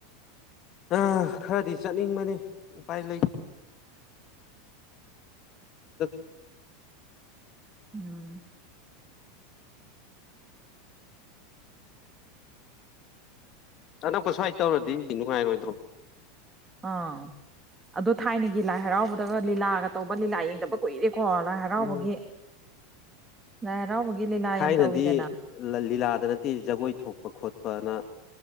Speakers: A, on the left (about 45°); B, on the right (about 20°).
A: ꯑ ꯈꯔꯗꯤ ꯆꯠꯅꯤꯡꯕꯅꯤ ꯎꯄꯥꯏ ꯂꯩ ꯇꯠ
B: ꯎꯝ
A: ꯑꯅꯛꯄ ꯁ꯭ꯋꯥꯏ ꯇꯧꯔꯗꯤ ꯅꯨꯡꯉꯥꯏꯔꯣꯏꯗ꯭ꯔꯣ
B: ꯑꯥ ꯑꯗꯨ ꯊꯥꯏꯅꯒꯤ ꯂꯥꯏ ꯍꯔꯥꯎꯕꯗꯒ ꯂꯤꯂꯥꯒ ꯇꯧꯕ ꯂꯤꯂꯥ ꯌꯦꯡꯗꯕ ꯀꯨꯏꯔꯦ ꯀꯣ ꯂꯥꯏ ꯍꯔꯥꯎꯕꯒꯤ
A: ꯎꯝ
B: ꯍꯔꯥꯎꯕꯒꯤ ꯂꯤꯂꯥ
A: ꯊꯥꯏꯅꯗꯤ
B: ꯌꯥꯝ ꯇꯧꯋꯤꯗꯅ
A: ꯂꯤꯂꯥꯗ ꯅꯠꯇꯦ ꯖꯒꯣꯏ ꯊꯣꯛꯄ ꯈꯣꯠꯄꯅ